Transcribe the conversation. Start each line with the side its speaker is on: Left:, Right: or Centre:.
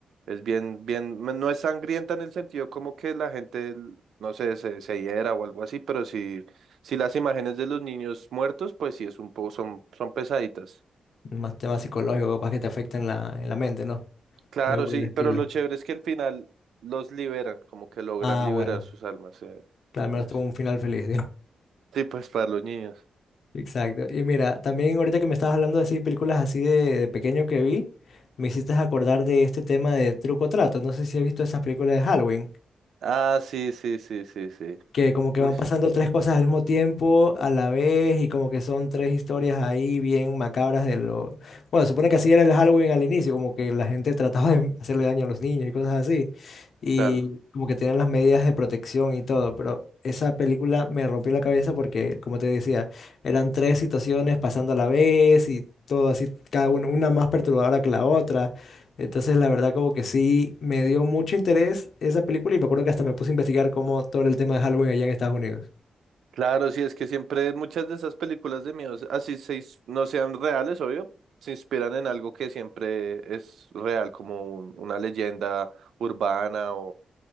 Right: Es bien, bien, no es sangrienta en el sentido como que la gente, no sé, se, se hiera o algo así, pero sí, sí las imágenes de los niños muertos, pues sí es un poco, son, son pesaditas.
Left: Más temas psicológicos capaz que te afectan en la, en la mente, ¿no?
Right: Claro,
Left: Algo por
Right: sí,
Left: el estilo.
Right: pero lo chévere es que al final los liberan, como que logran
Left: Ah,
Right: liberar
Left: bueno.
Right: sus almas, eh,
Left: Claro, al menos
Right: entonces.
Left: tuvo un final feliz.
Right: Sí, pues para los niños.
Left: Exacto. Y mira, también ahorita que me estabas hablando así de así, películas así de, de pequeño que vi, me hiciste acordar de este tema de truco o trato. No sé si has visto esas películas de Halloween
Right: Ah, sí, sí, sí, sí, sí.
Left: que como que
Right: Uy,
Left: van pasando tres cosas al mismo tiempo, a la vez, y como que son tres historias ahí bien macabras de lo... Bueno, supone que así era el Halloween al inicio, como que la gente trataba de hacerle daño a los niños y cosas así, y
Right: claro.
Left: como que tenían las medidas de protección y todo, pero esa película me rompió la cabeza porque, como te decía, eran tres situaciones pasando a la vez y todo así, cada una, una más perturbadora que la otra. Entonces, la verdad, como que sí me dio mucho interés esa película y me acuerdo que hasta me puse a investigar cómo todo el tema de Halloween allá en Estados Unidos.
Right: Claro, sí, es que siempre muchas de esas películas de miedo, así se ins- no sean reales, obvio, se inspiran en algo que siempre es real, como un- una leyenda urbana